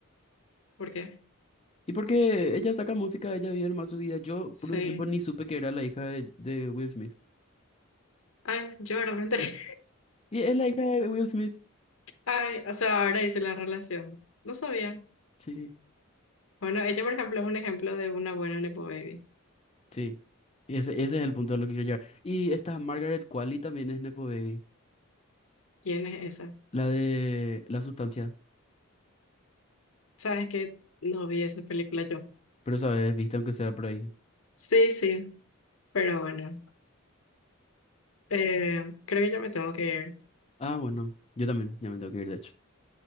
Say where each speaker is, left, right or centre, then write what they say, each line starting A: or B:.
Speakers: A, on the left (about 75°); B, on the left (about 30°).
A: porque
B: Y porque ella saca música, ella vive más su vida. Yo
A: sí,
B: por un tiempo ni supe que era la hija de, de Will Smith.
A: ay, yo realmente,
B: Y es la hija de Will Smith.
A: <laughs> ay, o sea, ahora hice la relación, no sabía.
B: Sí,
A: Bueno, ella por ejemplo es un ejemplo de una buena nepo baby.
B: sí. Ese, ese es el punto a lo que quiero llegar. Y esta Margaret Qualley también es Nepo Baby,
A: ¿Quién es esa?
B: la de la sustancia.
A: ¿Sabes que No vi esa película yo.
B: Pero sabes, viste, aunque sea por ahí.
A: Sí, sí, pero bueno. Eh, creo que ya me tengo que ir,
B: Ah, bueno, yo también, ya me tengo que ir, de hecho.